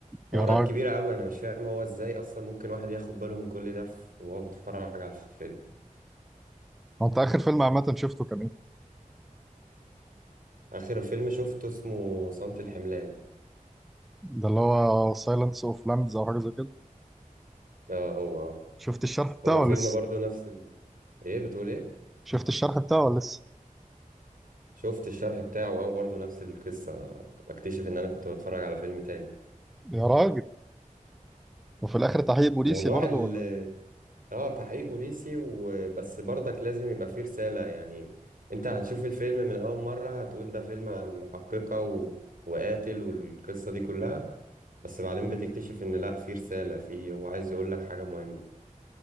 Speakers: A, on the right; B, in the centre.
A: وحوارات
B: يا راجل
A: كبيرة قوي انا مش فاهم هو ازاي اصلا ممكن واحد ياخد باله من كل ده في- وهو بيتفرج على الفيلم
B: هو انت اخر فيلم عامه شفته كان ايه
A: اخر فيلم شفته اسمه صمت الحملان
B: ده اللي هو سايلنس اوف لامبز او حاجه زي كده
A: اه هو
B: شفت الشرح بتاعه
A: هو
B: ولا
A: فيلم
B: لسه
A: برضه نفس ال... ايه بتقول ايه
B: شفت الشرح بتاعه ولا لسه
A: شفت الشرح بتاعه اه برضه نفس القصة بكتشف ان انا كنت بتفرج على فيلم تاني
B: يا راجل وفي الاخر تحقيق بوليسي
A: موضوع
B: برضه
A: ال
B: ولا
A: اه تحقيق بوليسي وبس برضك لازم يبقى فيه رسالة يعني انت هتشوف الفيلم من اول مرة هتقول ده فيلم عن محققة و... وقاتل والقصة دي كلها بس بعدين بتكتشف ان لا فيه رسالة فيه هو عايز يقول لك حاجة مهمة